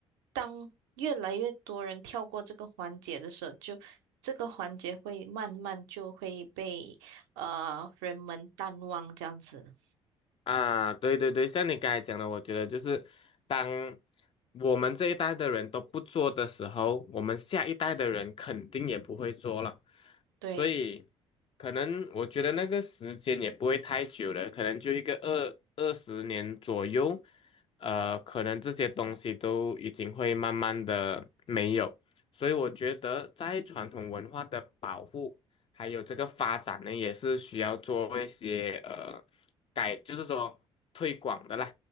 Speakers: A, on the right; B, on the left.
A: 当越来越多人跳过这个环节的时候，就这个环节会慢慢就会被呃人们淡忘这样子，
B: 啊，对对对，像你刚才讲的，我觉得就是当我们这一代的人都不做的时候，我们下一代的人肯定也不会做了，
A: 对。
B: 所以可能我觉得那个时间也不会太久了，可能就一个二二十年左右，呃，可能这些东西都已经会慢慢的没有，所以我觉得在传统文化的保护还有这个发展呢，也是需要做一些呃。改，就是说推广的啦。